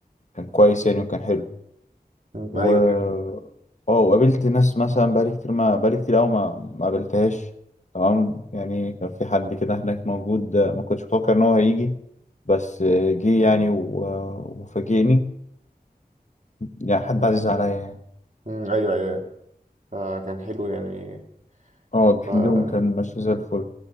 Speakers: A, on the left; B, on the right.
A: كان كويس يعني وكان حلو
B: مم.
A: و
B: ايوه أيوه.
A: اه وقابلت ناس مثلا بقالي كتير ما بقالي كتير قوي ما ما قابلتهاش تمام يعني كان في حد كده هناك موجود آه، ما كنتش متوقع ان هو هيجي بس آه، جه يعني و- آه، وفاجئني يعني حد عزيز عليا يعني
B: مم، ايوه ايوه فكان حلو يعني
A: اه
B: ف...
A: اليوم كان ماشي زي الفل